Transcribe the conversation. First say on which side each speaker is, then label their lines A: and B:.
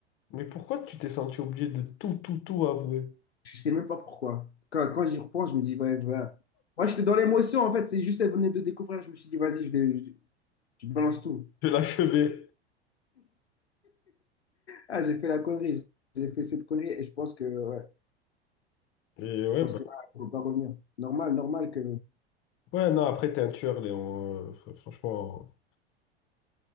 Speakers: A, on the left; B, on the left.
A: Mais pourquoi tu t'es senti obligé de tout, tout, tout avouer?
B: Je sais même pas pourquoi. Quand, quand j'y repense, je me dis, ouais, voilà. Moi, j'étais dans l'émotion, en fait, c'est juste, elle venait de découvrir, je me suis dit, vas-y, je, dé- je, je balance tout.
A: De l'achever.
B: Ah, j'ai fait la connerie, j'ai fait cette connerie, et je pense que, ouais,
A: Et ouais,
B: je pense
A: bah,
B: que là, il faut pas revenir. Normal, normal que.
A: Ouais, non, après, t'es un tueur, Léon. Euh, fr- franchement,